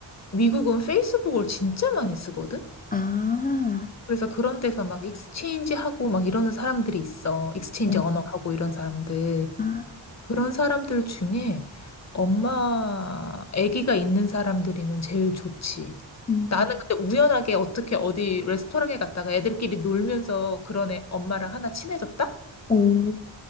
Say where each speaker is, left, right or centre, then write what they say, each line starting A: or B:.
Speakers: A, on the left; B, on the left.
A: 미국은 페이스북을 진짜 많이 쓰거든?
B: 아,
A: 그래서 그런 데서 막 익스체인지 하고 막 이러는 사람들이 있어. 익스체인지
B: 어,
A: 언어 하고 이런 사람들.
B: 아,
A: 그런 사람들 중에 엄마, 아기가 있는 사람들이면 제일 좋지.
B: 음,
A: 나는 근데 우연하게 어떻게 어디 레스토랑에 갔다가 애들끼리 놀면서 그런 애 엄마랑 하나 친해졌다?
B: 오,